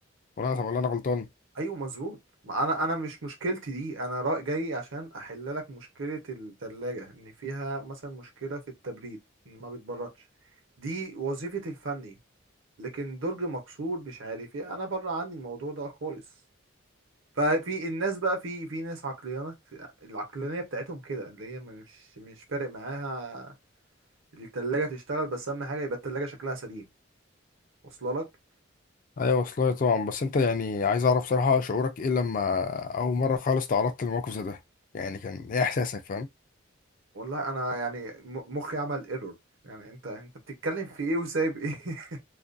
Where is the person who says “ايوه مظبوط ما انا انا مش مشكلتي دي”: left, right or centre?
Right